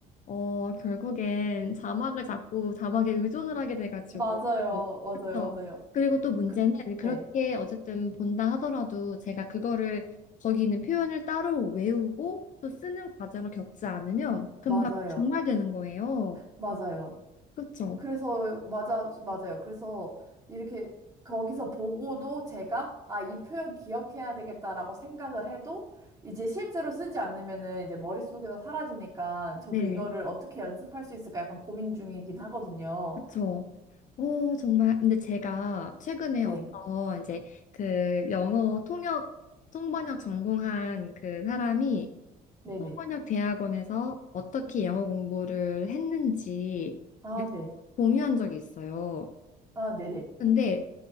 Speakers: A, on the left (about 50°); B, on the right (about 20°).
A: 어, 결국엔 자막을 자꾸 자막에 의존을 하게 돼가지고.
B: 맞아요.
A: 그렇죠.
B: 맞아요. 맞아요.
A: 그리고 또 문제는
B: 근,
A: 그렇게
B: 네.
A: 어쨌든 본다 하더라도 제가 그거를 거기 있는 표현을 따로 외우고 또 쓰는 과정을 겪지 않으면 금방
B: 맞아요.
A: 중말되는 거예요.
B: 맞아요.
A: 그렇죠.
B: 그래서 맞아 맞아요. 그래서 이렇게 거기서 보고도 제가 아, 이 표현 기억해야 되겠다라고 생각을 해도 이제 실제로 쓰지 않으면은 이제 머릿속에서 사라지니까 저도
A: 네.
B: 이거를 어떻게 연습할 수 있을까 약간 고민 중이긴 하거든요.
A: 그쵸. 어, 정말. 근데 제가 최근에
B: 네.
A: 어떤 이제 그 영어 통역, 통번역 전공한 그 사람이
B: 네네.
A: 통번역 대학원에서 어떻게 영어 공부를 했는지
B: 아,
A: 를
B: 네.
A: 공유한 적이 있어요.
B: 아, 네네.
A: 근데